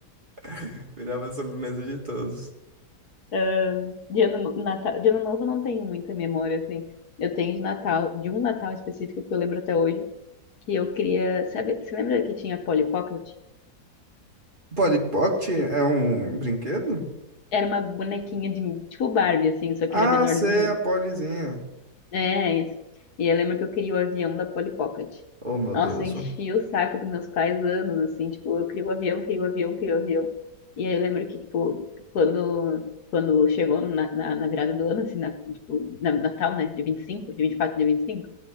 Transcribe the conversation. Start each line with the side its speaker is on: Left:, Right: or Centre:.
Right: <laughs> Virava a sobremesa de todos.
Left: Ah, de, ano, no- Natal, de ano novo eu não tenho muita memória, assim. Eu tenho de Natal, de um Natal específico que eu lembro até hoje, que eu queria. Sabe, você lembra que tinha Polly Pocket?
Right: Polly Pocket é um brinquedo?
Left: Era uma bonequinha de tipo Barbie, assim, só
Right: Ah,
Left: que era menorzinha.
Right: sei, a Pollyzinha.
Left: É, isso. E eu lembro que eu queria o avião da Polly Pocket.
Right: Oh, meu
Left: Nossa,
Right: Deus.
Left: eu enchia o saco dos meus pais anos, assim, tipo, eu queria o avião, queria o avião, queria o avião. E aí eu lembro que, tipo, quando, quando chegou na, na, na virada do ano, assim, na, tipo, na, Natal, né, de 25, de 24, de 25.